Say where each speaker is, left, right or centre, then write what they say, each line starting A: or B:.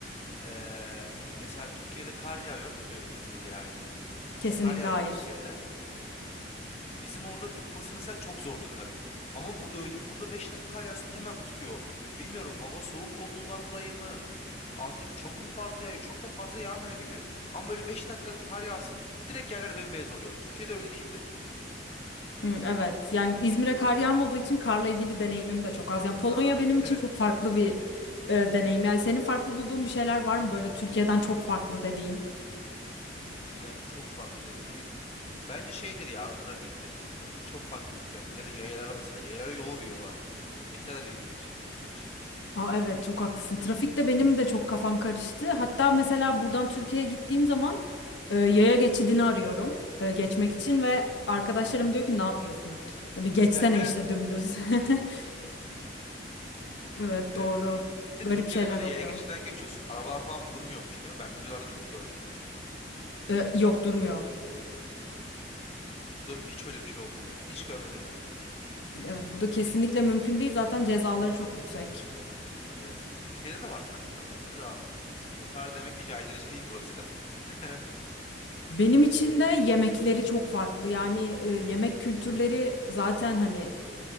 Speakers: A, on the left (about 35°); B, on the left (about 80°).
A: Ee, mesela Türkiye'de kar yağıyor. Bilmiyorum İzmir'de yağıyor muydu? Türk,
B: Kesinlikle
A: kar yağıyor
B: hayır.
A: Türkiye'de. Bizim orada tutması mesela çok zordu karın. Ama burada öyle değil. Burada 5 dakika kar yağsın hemen tutuyor. Bilmiyorum hava soğuk olduğundan dolayı mı? Artık çok mu fazla yağıyor? Çok da fazla yağmıyor gibi. Ama böyle 5 dakika kar yağsın direkt yerler bembeyaz oluyor. Türkiye'de öyle değildi.
B: Hı, Evet yani İzmir'e kar yağmadığı için karla ilgili deneyimim de çok az. Yani
A: Ha.
B: Polonya benim için
A: <laughs>
B: çok farklı bir e, deneyim. Yani senin farklı bulduğun bir şeyler var mı böyle Türkiye'den çok farklı dediğin?
A: Türkiye'den çok farklı dediğim bence şeydir ya trafiktir. Trafik çok farklı sonuç olarak. Ya da yayalara mesela yayalara yol veriyorlar. Ne kadar ilginç bizim için.
B: Aa, evet çok haklısın. Trafikte benim de çok kafam karıştı. Hatta mesela buradan Türkiye'ye gittiğim zaman e, yaya geçidini arıyorum e, geçmek için ve arkadaşlarım diyor ki ne yapıyorsun? Hani geçsene
A: <laughs>
B: işte dümdüz. <laughs>
A: Yok.
B: Evet
A: Evet.
B: doğru.
A: Bir de
B: Garip
A: Türkiye'de
B: şeyler
A: böyle
B: oluyor.
A: yaya geçiden geçiyorsun. Arabalar falan durmuyormuş değil mi? Ben videolarda çok gördüm.
B: E, yok durmuyor.
A: Burada hiç öyle bir şey olmuyor ya. Hiç görmedim yani.
B: Evet, burada kesinlikle mümkün değil. Zaten cezaları çok yüksek.
A: Evet. Türkiye'de de var sanki ama önce daha. O kadar demek ki caydırıcı değil burası kadar. <laughs>
B: Benim için de yemekleri çok farklı. Yani e, yemek kültürleri zaten hani